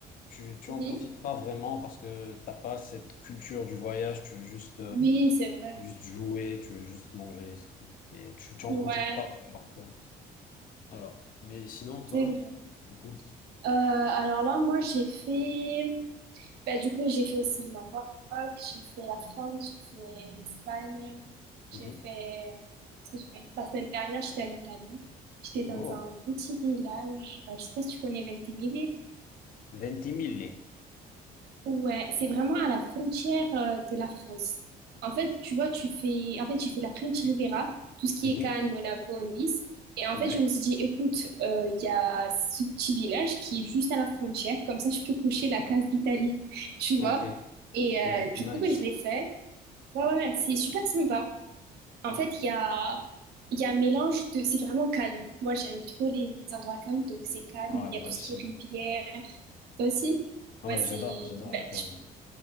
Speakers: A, on the left; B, on the right.
A: tu, tu
B: Mhm.
A: en profites pas vraiment parce que t'as pas cette culture du voyage, tu veux juste, euh,
B: Oui, c'est vrai.
A: juste jouer, tu veux juste manger, c'est tout. Mais tu, tu en
B: Ouais,
A: profites pas euh, alors que, voilà. Mais sinon, toi,
B: c'est vrai.
A: du coup,
B: Euh, alors là, moi, j'ai fait. Bah, du coup, j'ai fait aussi le Maroc, j'ai fait la France, j'ai fait l'Espagne, j'ai
A: mhm.
B: fait... Qu'est-ce que j'ai fait? La semaine dernière, j'étais en Italie. J'étais dans
A: Oh,
B: un petit village, euh, je sais pas si tu connais Ventimiglia.
A: 20 000.
B: Ouais, c'est vraiment à la frontière euh, de la France. En fait, tu vois, tu fais, en fait, j'ai fait la French Riviera, tout ce qui
A: Mhm.
B: est Cannes, Monaco, Nice. Et en
A: Ouais,
B: fait, je me suis dit, écoute, euh, il y a ce petit village qui est juste à la frontière, comme ça, je peux coucher la case d'Italie, <laughs> tu
A: ok,
B: vois. Et
A: ok,
B: euh, du
A: nice,
B: coup, ben, je l'ai fait. Ouais, ouais, ouais, c'est super sympa. En
A: nice.
B: fait, il y a, il y a un mélange de, c'est vraiment calme. Moi, j'aime trop les, les endroits calmes, donc c'est calme.
A: Ouais,
B: Il
A: moi
B: y a tout
A: aussi.
B: ce qui est rivière. Toi aussi?
A: Ouais,
B: Ouais, c'est,
A: j'adore, j'adore
B: ben,
A: le Vermont.